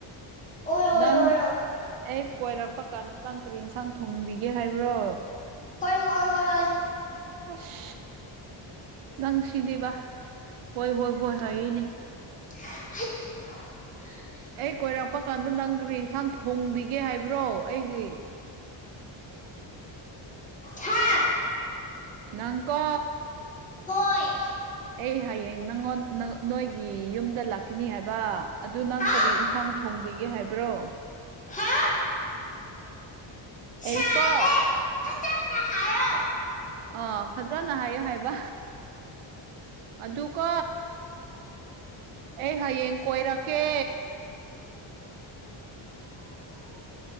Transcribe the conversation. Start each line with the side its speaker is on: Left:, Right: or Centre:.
Left: ꯑꯣꯏ ꯑꯣꯏ
Right: ꯅꯪ
Left: ꯑꯣꯏ ꯑꯣꯏ
Right: ꯑꯩ ꯀꯣꯏꯔꯛꯄ ꯀꯥꯟꯗ ꯅꯪ ꯀꯔꯤ ꯏꯟꯁꯥꯡ ꯊꯣꯡꯕꯤꯒꯦ ꯍꯥꯏꯕ꯭ꯔꯣ
Left: ꯍꯣꯏ ꯍꯣꯏ ꯍꯣꯏ
Right: ꯑꯁ ꯅꯪ ꯁꯤꯅꯦꯕ ꯍꯣꯏ ꯍꯣꯏ ꯍꯣꯏ ꯍꯥꯏꯌꯦꯅꯦ
Left: <unintelligible>
Right: ꯑꯩ ꯀꯣꯏꯔꯛꯄ ꯀꯥꯟꯗ ꯅꯪ ꯀꯔꯤ ꯌꯦꯟꯁꯥꯡ ꯊꯣꯡꯕꯤꯒꯦ ꯍꯥꯏꯕ꯭ꯔꯣ ꯑꯩꯒꯤ
Left: ꯍꯥ
Right: ꯅꯪꯀꯣ
Left: ꯍꯣꯏ
Right: ꯑꯩ ꯍꯌꯦꯡ ꯅꯪꯉꯣꯟ ꯅꯣꯏꯒꯤ ꯌꯨꯝꯗ ꯂꯥꯛꯀꯅꯤ ꯍꯥꯏꯕ ꯑꯗꯨ ꯅꯪ
Left: ꯍꯥ
Right: ꯀꯔꯤ ꯌꯦꯟꯁꯥꯡ ꯊꯣꯡꯕꯤꯒꯦ ꯍꯥꯏꯕ꯭ꯔꯣ
Left: ꯍꯥ
Right: ꯑꯩꯀꯣ
Left: ꯁꯥꯗꯦ ꯐꯖꯅ ꯍꯥꯏꯌꯣ
Right: ꯑꯥ ꯐꯖꯅ ꯍꯥꯏꯌꯨ ꯍꯥꯏꯕ ꯑꯗꯨꯀꯣ ꯑꯩ ꯍꯌꯦꯡ ꯀꯣꯏꯔꯛꯀꯦ